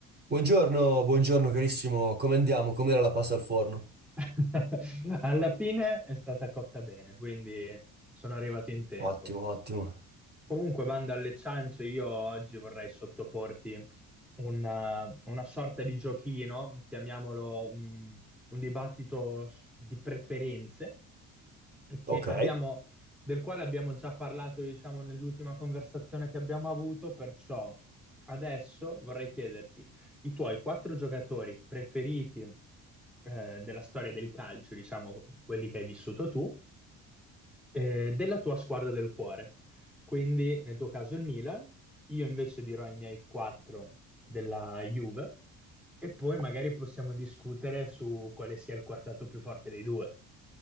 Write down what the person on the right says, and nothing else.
Buongiorno, buongiorno carissimo, come andiamo? Com'era la pasta al forno?
Ottimo, ottimo.
Ok.